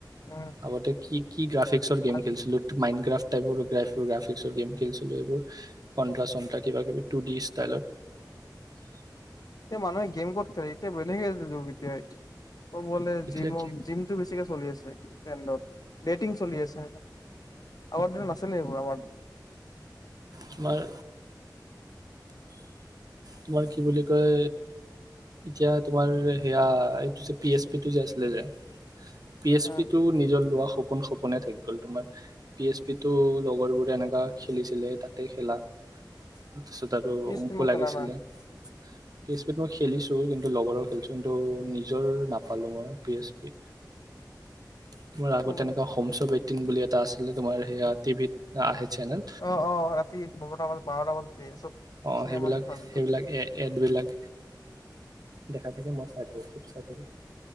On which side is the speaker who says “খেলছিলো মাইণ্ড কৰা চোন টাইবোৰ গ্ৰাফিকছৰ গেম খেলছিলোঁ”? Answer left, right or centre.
Right